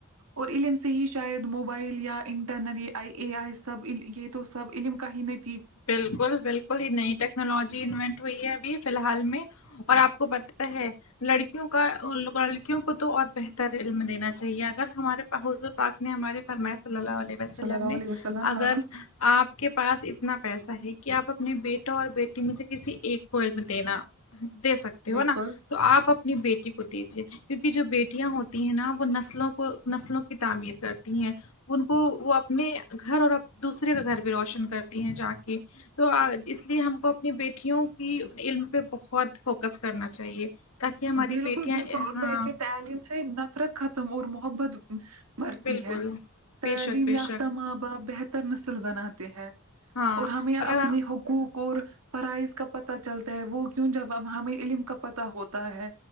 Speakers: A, on the right; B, on the left.
A: اور علم سے ہی شاید موبائل یا انٹرنیٹ یہ آئی اے آئی سب یہ تو سب علم کا ہی نہیں
B: بالکل بالکل یہ نئی ٹیکنالوجی انوینٹ ہوئی ہے ابھی فی الحال میں اور آپ کو پتا ہے لڑکیوں کا لڑکیوں کو تو اور بہتر علم دینا چاہیے اگر ہمارے حضور پاک نے ہمارے فرمایا صلی اللہ علیہ وسلم
A: صلی اللہ
B: نے
A: علیہ وسلم
B: اگر
A: ہاں
B: آپ کے پاس اتنا پیسا ہے کہ آپ اپنے بیٹا اور بیٹی مجھے کسی ایک کو علم میں دینا دے سکتے
A: بالکل
B: ہو نا تو آپ اپنی بیٹی کو دیجیے کیونکہ جو بیٹیاں ہوتی ہیں نا وہ نسلوں کو نسلوں کی تعمیر کرتی ہیں ان کو وہ اپنے گھر اور دوسرے کا گھر بھی روشن کرتی ہیں جا کے تو اس لیے ہم کو اپنی بیٹیوں کی علم پہ بہت فوکس کرنا چاہیے تاکہ ہماری
A: بالکل
B: بیٹیاں
A: بالکل اور
B: ہاں
A: ویسے تعلیم سے نفرت ختم اور محبت مرتی
B: بالکل
A: ہے تعلیم
B: بے شک بے
A: یافتہ
B: شک
A: ماں باپ بہتر نسل بناتے ہیں
B: ہاں
A: اور ہمیں اپنی
B: آ-
A: حقوق اور فرائض کا پتہ چلتا ہے وہ کیوں جب ہمیں علم کا پتا ہوتا ہے